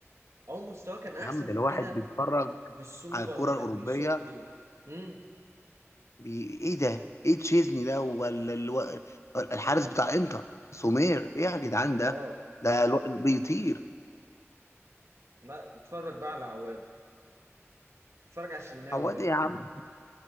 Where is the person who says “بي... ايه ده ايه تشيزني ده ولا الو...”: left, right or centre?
Left